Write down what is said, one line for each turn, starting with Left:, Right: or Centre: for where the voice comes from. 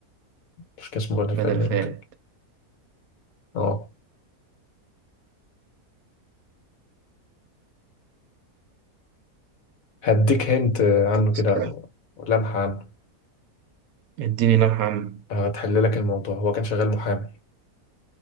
Left: مش كان اسمه بدل
Right: بدل
Left: فايلر
Right: فات
Left: اللي كان اه هديك هنت عنه
Right: طب
Left: كده
Right: استنى.
Left: أو لمحة عنه
Right: اديني لمحة عنه
Left: هتحل لك الموضوع هو كان شغال محامي